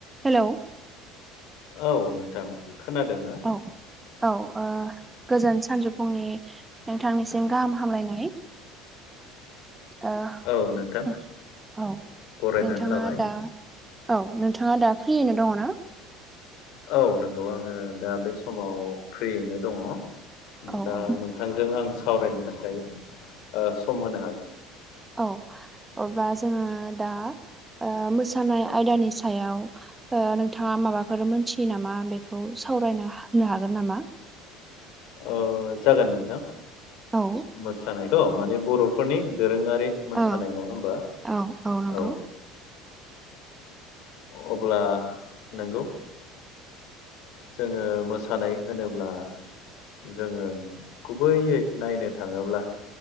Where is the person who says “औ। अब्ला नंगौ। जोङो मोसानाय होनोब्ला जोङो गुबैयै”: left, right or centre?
Left